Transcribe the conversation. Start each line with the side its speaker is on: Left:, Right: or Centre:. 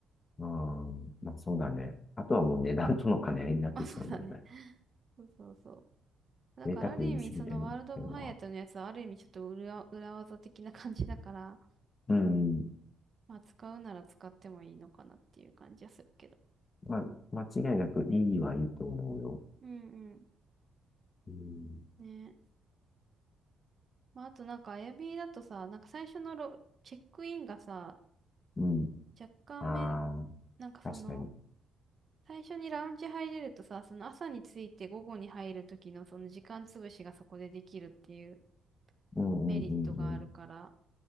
Left: うん、まあそうだね。あとはもう値段との兼ね合いになってきちゃうもんね。
Right: まあ、そうだね。<laughs> そうそうそう。だからある意味、
Left: 贅沢言いすぎてもっていうのは。
Right: そのワールド・オブ・ハイアットのやつはある意味ちょっと裏、裏技的な感じだから、
Left: うん。
Right: まあ使うなら使ってもいいのかなっていう感じはするけど。
Left: まあ、間違いなくいいはいいと思うよ。
Right: うん
Left: うん。
Right: うん。ね。まああとなんか Airbnb だとさ、なんか最初のロチェックインがさ、
Left: うん。
Right: 若干め、
Left: ああ、
Right: なんかその、
Left: 確かに。
Right: 最初にラウンジ入れるとさ、その朝に着いて午後に入る時のその時間潰しがそこでできるっていう。
Left: うんうんうんうん。
Right: メリットがあるから。